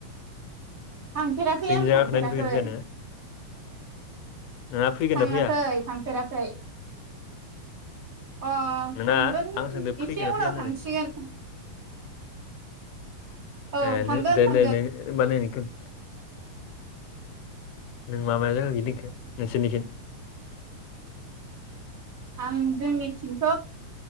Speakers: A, on the right; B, on the left.
A: थांफेराखै
B: जोंनि
A: आं
B: जायगाखौ
A: थांफेराखै
B: नायनो फैगोन ना फैया नोङो नोंहा फैगोन
A: थाङाखै
B: ना फैया
A: थांफेराखै अ
B: नोंहा
A: थांगोन
B: आं सोंदों फैगोन
A: एसे
B: ना
A: उनाव
B: फैया होननानै
A: थांसिगोन। औ
B: ए
A: थांगोन
B: दे
A: थांगोन
B: दे दे होनबा नों माबा जागा गिदोंखो नोंसोरनिखो
A: आं जोंनिथिंथ'